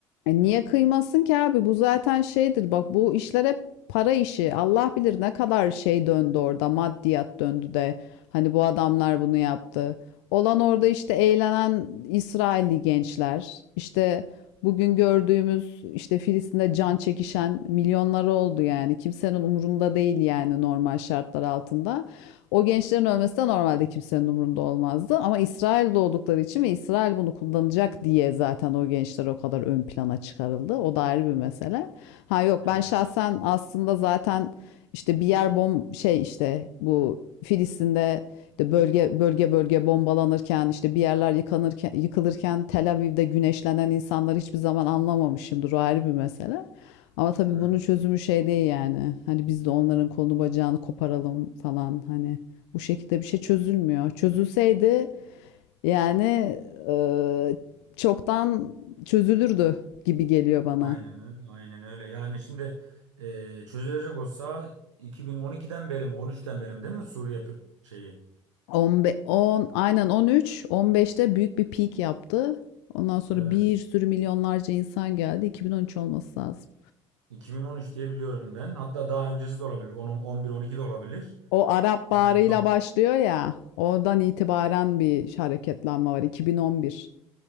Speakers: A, on the left (about 60°); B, on the right (about 80°).
A: E niye kıymasın ki abi? Bu zaten şeydir. Bak bu işler hep para işi. Allah bilir ne kadar şey döndü orada. Maddiyat döndü de. Hani bu adamlar bunu yaptı. Olan orada işte eğlenen İsrailli gençler. işte bugün gördüğümüz işte Filistin'de can çekişen milyonları oldu yani. Kimsenin umurunda değil yani normal şartlar altında. O gençlerin ölmesi de normalde kimsenin umurunda olmazdı. Ama İsrail'de oldukları için ve İsrail bunu kullanacak diye zaten o gençler o kadar ön plana çıkarıldı. O da ayrı bir mesele. Ha yok
B: Evet.
A: ben şahsen aslında zaten işte bir yer bom şey işte bu Filistin'de işte bölge bölge bölge bombalanırken işte bir yerler yıkanırken yıkılırken Tel Aviv'de güneşlenen insanları hiçbir zaman anlamamışımdır. O ayrı bir mesele. Ama tabii
B: Hı.
A: bunun çözümü şey değil yani. Hani biz de onların kolunu bacağını koparalım falan hani. Bu şekilde bir şey çözülmüyor. Çözülseydi yani e, çoktan çözülürdü gibi geliyor bana.
B: Aynen öyle. Aynen öyle. Yani şimdi e, çözülecek olsa 2012'den beri mi 13'ten beri mi değil mi Suriye pr- şeyi?
A: 15, 10, aynen 13, 15'te büyük bir peak yaptı. Ondan sonra
B: Evet.
A: bir sürü milyonlarca insan geldi. 2013 olması lazım.
B: 2013 diye biliyorum ben. Hatta daha öncesi de olabilir. 10, 11, 12 de olabilir.
A: O Arap Baharı'yla
B: Yani bak
A: başlıyor ya. Oradan itibaren bir hareketlenme var. 2011.